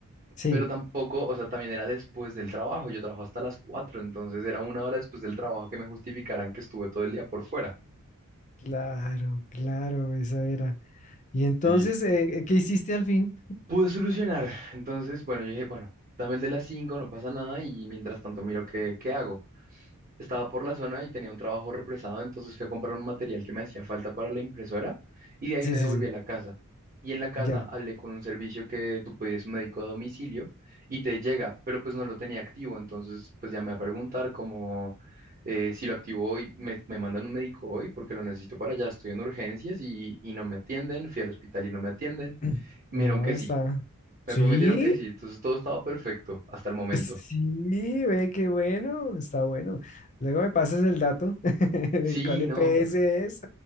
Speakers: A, on the left; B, on the right.
A: sí.
B: pero tampoco, o sea, también era después del trabajo, yo trabajo hasta las 4, entonces era una hora después del trabajo que me justificaran que estuve todo el día por fuera.
A: Claro, claro, esa era. Y entonces,
B: Sí,
A: eh, ¿qué hiciste al fin?
B: Pude solucionar, entonces, bueno, yo dije, bueno, dame el de las 5, no pasa nada y mientras tanto miro qué, qué hago. Estaba por la zona y tenía un trabajo represado, entonces fui a comprar un material que me hacía falta para la impresora y de ahí
A: Sí,
B: me devolví
A: sí, sí,
B: a la casa. Y en la casa
A: ya.
B: hablé con un servicio que tú pedías un médico a domicilio y te llega, pero pues no lo tenía activo, entonces pues llamé a preguntar como eh, si lo activo hoy, me, me mandan un médico hoy porque lo necesito para allá, estoy en urgencias y, y no me atienden, fui al hospital y no me atienden.
A: <clears throat>
B: Me
A: Oh,
B: dijeron que
A: está.
B: sí, me
A: Sí.
B: prometieron que sí, entonces todo estaba perfecto hasta el momento.
A: Sí, ve qué bueno, está bueno. Luego me pasas el dato <laughs> de
B: Sí,
A: cuál EPS
B: no.
A: es.